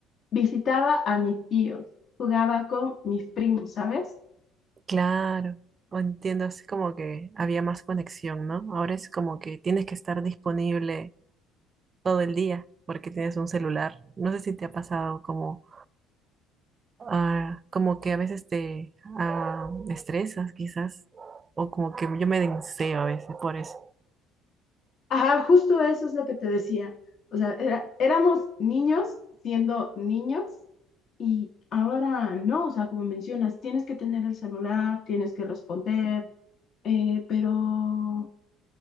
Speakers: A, on the left (about 50°); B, on the right (about 35°).
A: visitaba a mis tíos, jugaba con mis primos, ¿sabes?
B: claro. O Entiendo, así como que había más conexión, ¿no? Ahora es como que tienes que estar disponible todo el día porque tienes un celular. No sé si te ha pasado como, ah, como que a veces te ah, estresas quizás o como que yo me denseo a veces por eso.
A: Ajá, justo eso es lo que te decía. O sea, era- éramos niños siendo niños y ahora no, o sea, como mencionas, tienes que tener el celular, tienes que responder, eh, pero...